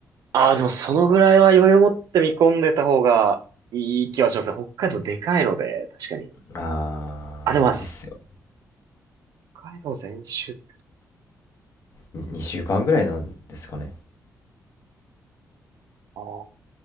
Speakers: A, on the right; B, on the left.
A: ああ、でもそのぐらいは余裕を持って見込んでた方がいい気はしますね。北海道でかいので、確かに。
B: あーですよ
A: あ、でもまあ、北海道全周って、
B: に2週間ぐらいなんですかね
A: ああ、こ